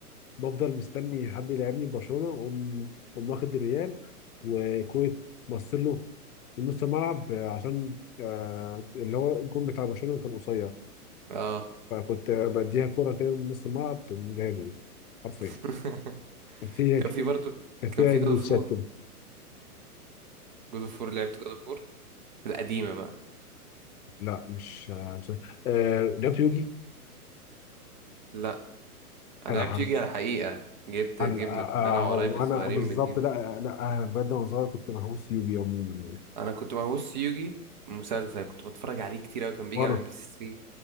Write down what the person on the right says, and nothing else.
اه
<laughs>
كان
في برضو
كان في
جود اوف فور
جود اوف فور لعبت جود اوف فور القديمه بقى
لا انا
لعبت
يوجي على الحقيقه جبت
جبنا
كنا انا
وقرايبي الصغيرين
بنجيب
انا كنت مهووس يوجي مسلسل كنت بتفرج عليه كتير اوي كان بيجي
على ام بي سي